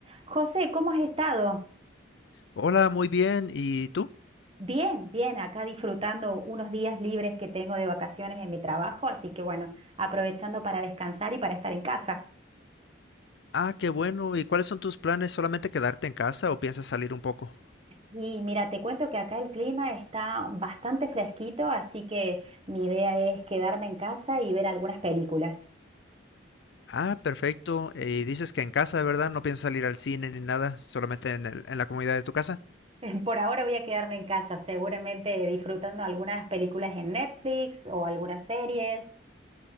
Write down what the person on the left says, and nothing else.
Hola, muy bien. ¿Y tú?
Ah, qué bueno. ¿Y cuáles son tus planes? ¿Solamente quedarte en casa o piensas salir un poco?
Ah, perfecto. Y dices que en casa, ¿verdad? No piensas salir al cine ni nada, solamente en el- en la comunidad de tu casa.